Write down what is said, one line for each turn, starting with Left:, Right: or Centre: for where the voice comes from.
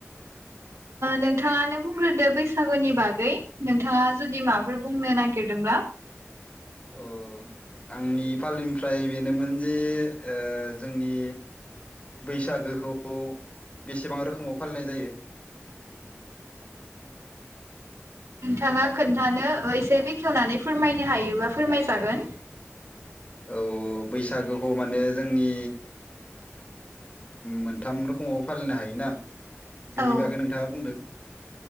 Right: नोंथाङानो बुंग्रोदो बैसागुनि बागै नोंथाङा जुदि माफोर बुंनो नागिरदोंब्ला।
Left: अ आंनि फालिनिफ्राय बेनोमोन जे ओ जोंनि बैसागोखौ बेसेबां रोखोमाव फालिनाय जायो।
Right: नोंथाङा औ। खोन्थानो एसे बेखेवनानै फोरमायनो हायोबा फोरमायजागोन
Left: औ। बैसागोखौ माने जोंनि मोनथाम रोखोमाव फालिनो हायोना। बेनि
Right: औ
Left: बागै नोंथाङा बुंदो।